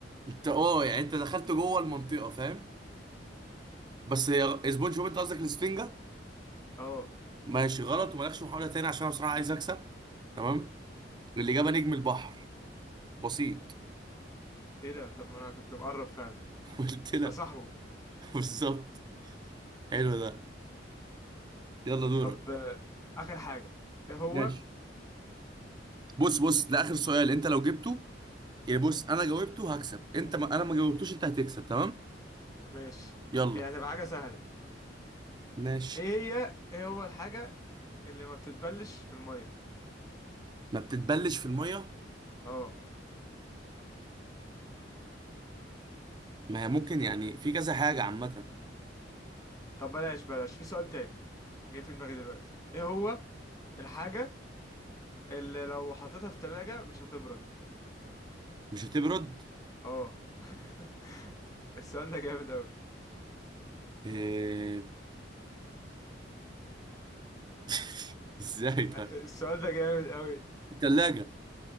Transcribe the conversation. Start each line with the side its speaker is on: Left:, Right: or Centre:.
Right: انت اه يعني انت دخلت جوه المنطقة فاهم بس هي سبونج بوب انت قصدك الاسفنجة
Left: اه
Right: ماشي غلط ومالكش محاولة تاني عشان انا بصراحة عايز اكسب تمام الإجابة نجم البحر بسيط
Left: ايه ده طب ما انا كنت مقرب فعلا
Right: <laughs> قلت لك
Left: ده صاحبه
Right: بالظبط حلو ده يلا دورك
Left: طب آه، اخر حاجه ايه هو
Right: ماشي بص بص ده آخر سؤال انت لو جبته يعني بص انا جاوبته هكسب انت ما انا ما جاوبتوش انت هتكسب تمام
Left: ماشي
Right: يلا
Left: هي هتبقى حاجه سهله
Right: ماشي
Left: ايه هي ايه هو الحاجه اللي ما بتتبلش في الميه
Right: ما بتتبلش في المية
Left: اه
Right: ما هي ممكن يعني في كذا حاجة عامة
Left: طب بلاش بلاش في سؤال تاني جاي في دماغي دلوقتي ايه هو الحاجه اللي لو حطيتها في تلاجة مش هتبرد
Right: مش هتبرد
Left: اه <laughs> السؤال ده جامد قوي
Right: إيه... <laughs> ازاي طيب
Left: <laughs> السؤال ده جامد قوي
Right: التلاجة